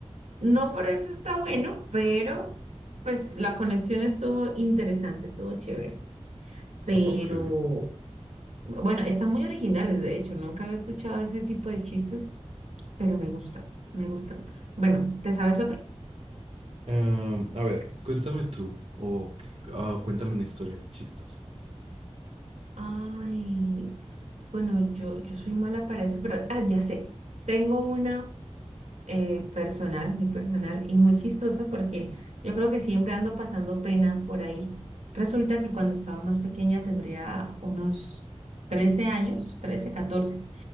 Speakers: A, on the right; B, on the right.
A: no por eso está bueno, pero pues la conexión estuvo interesante, estuvo chévere. Pero
B: Ok.
A: bueno, están muy originales, de hecho, nunca había escuchado ese tipo de chistes, pero me gustan, me gustan. Bueno, ¿te sabes otro?
B: Em, a ver, cuéntame tú, o ah, cuéntame una historia chistosa.
A: Ay, bueno, yo, yo soy mala para eso, pero ah, ya sé, tengo una eh, personal, muy personal y muy chistosa porque yo creo que siempre ando pasando pena por ahí. Resulta que cuando estaba más pequeña tendría unos 13 años, 13 14.